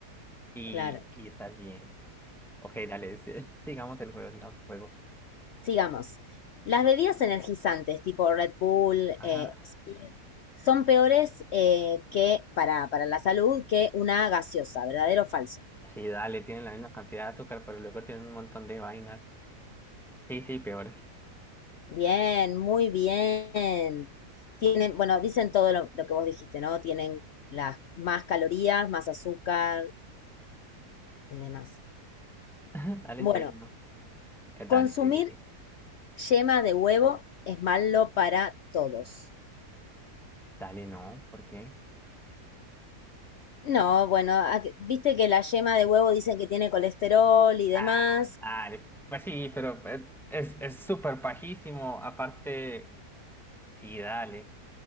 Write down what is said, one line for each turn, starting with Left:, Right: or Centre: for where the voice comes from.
Centre: y,
Left: Claro.
Centre: y estás bien. Ok, dale, sí, <laughs> sigamos el juego, sigamos el juego.
Left: Sigamos. Las bebidas energizantes tipo Red Bull,
Centre: Ajá.
Left: eh, Speed, son peores eh, que para, para la salud que una gaseosa, ¿verdadero o falso?
Centre: Sí, dale, tienen la misma cantidad de azúcar, pero luego tienen un montón de vainas. Sí, sí, peores.
Left: Bien, muy bien. Tienen, bueno, dicen todo lo, lo que vos dijiste, ¿no? Tienen las más calorías, más azúcar y demás.
Centre: <laughs> Dale,
Left: Bueno,
Centre: sí, no. Eh, Dale,
Left: consumir
Centre: sí, sí. sí.
Left: yema de huevo es malo para todos.
Centre: Dale, no, ¿por qué?
Left: No, bueno, ac- viste que la yema de huevo dicen que tiene colesterol y
Centre: Ah,
Left: demás.
Centre: dale. Pues sí, pero eh, es, es súper pajísimo. Aparte, sí, dale.